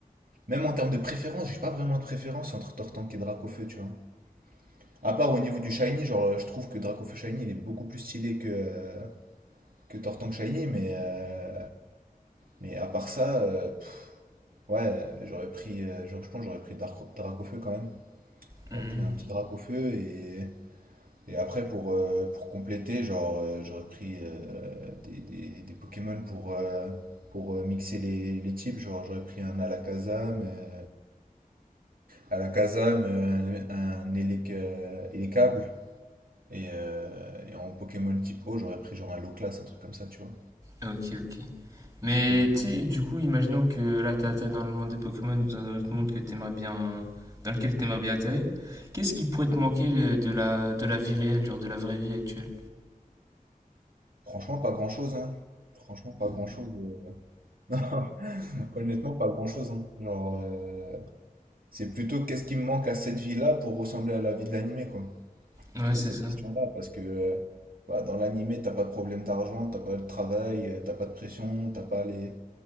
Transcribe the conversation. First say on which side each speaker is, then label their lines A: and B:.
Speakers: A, on the right; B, on the right.
A: même en termes de préférence, j'ai pas vraiment de préférence entre Tortank et Dracofeu, tu vois. À part au niveau du Shiny, genre, euh, je trouve que Dracofeu Shiny, il est beaucoup plus stylé que, euh, que Tortank Shiny, mais, euh, mais à part ça, euh, pff, ouais, j'aurais pris, euh, genre, je pense que j'aurais pris Dark- Dracofeu quand même.
B: Mhm.
A: J'aurais pris un petit Dracofeu et, Et après, pour, euh, pour compléter, genre, euh, j'aurais pris euh, des, des, des Pokémon pour, euh, pour euh, mixer les, les types. Genre, j'aurais pris un Alakazam, euh, Alakazam, euh, un, un Elec- euh, Elekable. Et, euh, et en Pokémon type O, j'aurais pris genre un Loclass, un truc comme ça, tu vois.
B: Ok, ok. Mais
A: Et
B: tu sais, du coup, imaginons que là, tu atterri dans le monde des Pokémon ou dans un autre monde que t'aimerais bien, dans lequel tu aimerais bien atterrir. Qu'est-ce qui pourrait te manquer euh, de la, de la vie réelle, genre de la vraie vie actuelle?
A: franchement, pas grand-chose, hein. Franchement, pas grand-chose. euh. <laughs> Honnêtement, pas grand-chose, hein. Genre, euh, c'est plutôt qu'est-ce qui me manque à cette vie-là pour ressembler à la vie de l'animé, quoi.
B: Ouais,
A: Plutôt
B: c'est
A: cette
B: ça.
A: question-là, parce que euh, bah, dans l'animé, t'as pas de problème d'argent, t'as pas de travail, euh, t'as pas de pression, t'as pas les,